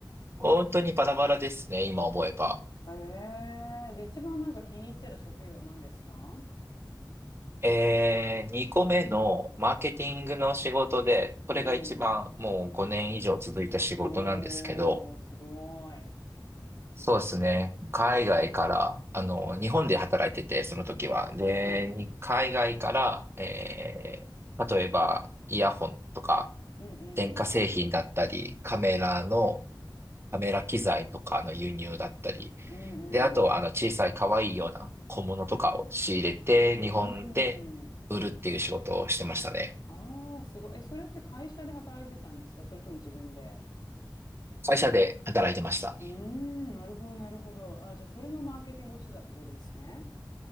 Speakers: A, on the right; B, on the left.
A: 本当にバラバラですね、今思えば。
B: へえ。で、一番なんか気に入ってる職業なんですか
A: えー、2個目のマーケティングの仕事で、これが一番もう5年以上続いた仕事なんですけど、
B: うん。おお、すごい。
A: そうですね。海外から、あの、日本で働いてて、その時は。で、
B: はいはい。
A: に海外から、えー、例えば、イヤホンとか、
B: うんうん。
A: 電化製品だったり、カメラの、カメラ機材とかの輸入だったり、
B: うんうん。
A: で、あとはあの小さい可愛いような小物とかを仕入れて、
B: うーん。
A: 日本で売るっていう仕事をしてましたね。
B: ああ、すごい。え、それって会社で働いてたんですかそれとも自分で。
A: 会社で働いてました。
B: うーん、なるほど、なるほど。あ、じゃあ、それのマーケティングをしてたところですね。